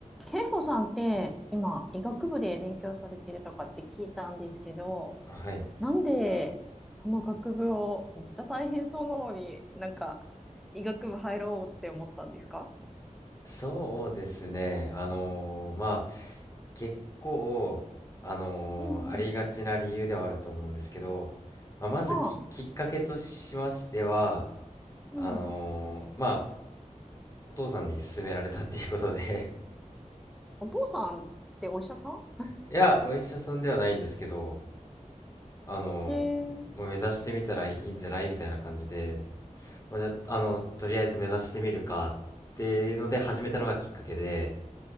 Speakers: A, in the centre; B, on the left.
A: 健吾さんって今医学部で勉強されてるとかって聞いたんですけど、
B: はい。
A: なんでその学部をめっちゃ大変そうなのになんか医学部入ろうって思ったんですか
B: そうですね。あのーまあ、結構、あのーありがちな理由ではあると思うんですけど、
A: うんうん。
B: まあ、まずき、
A: はあ、
B: きっかけとしましては、
A: うん。
B: あのーまあ、お父さんに勧められたっていうことで
A: お父さんってお医者さん
B: <laughs> いや、お医者さんではないんですけど、あのー
A: へえ、
B: まあ目指してみたらいいんじゃないみたいな感じで、まあ、じゃあ、あの、とりあえず目指してみるかっていうので始めたのがきっかけで、